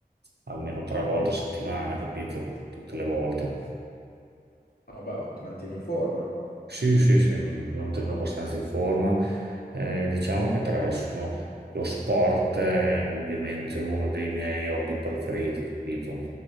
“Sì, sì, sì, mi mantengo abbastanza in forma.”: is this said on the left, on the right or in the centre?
Right